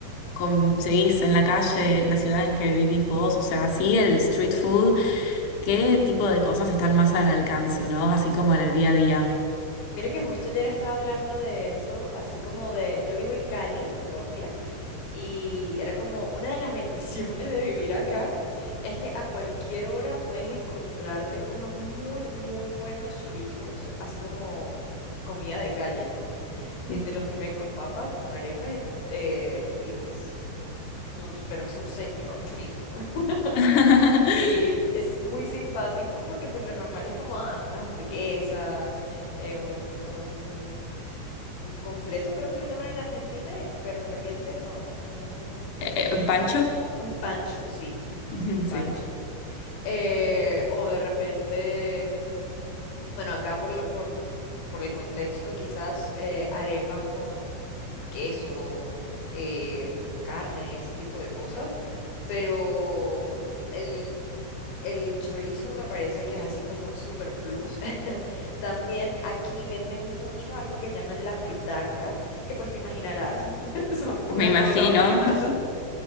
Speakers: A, on the left; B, on the left.
A: conseguís en la calle, en la ciudad en que vivís vos? O sea, sí, el street food ¿Qué tipo de cosas están más al alcance, ¿no? Así como en el día a día.
B: Mire que justo ayer estaba hablando de eso, así como de, yo vivo en Cali, Colombia. Y era como una de las <laughs> bendiciones de vivir acá, es que a cualquier hora puedes encontrarte unos muy, muy buenos chorizos, así como comida de calle, ¿no? Eh,
A: Ujú.
B: te los sirven con papas o con arepas, en- eh, y pues, nos- pero es un señor chorizo. <laughs>
A: <laughs>
B: Eh, es muy simpático porque pues lo normal es como ah, unas hamburguesas, eh, un, un, un completo, creo que lo llaman en Argentina, el perro caliente, no, un...
A: Eh, ¿Pancho?
B: Un pancho, sí,
A: <laughs>
B: un pancho.
A: Sí,
B: Eh, o de repente, mm, bueno, acá por, la- por, por el contexto, quizás eh, arepas con queso, eh, con carne, ese tipo de cosas, pero el, el chorizo me parece que es así como un super plus. <laughs> También aquí venden mucho algo que llaman la fritanga, que pues te imaginarás, <laughs> son puras
A: me imagino.
B: cosas fritas.
A: <laughs>